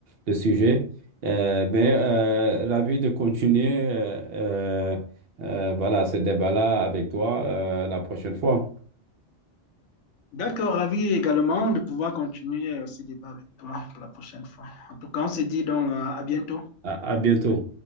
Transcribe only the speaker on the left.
D'accord, ravi également de pouvoir continuer euh, ce débat avec toi pour la prochaine fois. En tout cas, on se dit donc euh, à bientôt.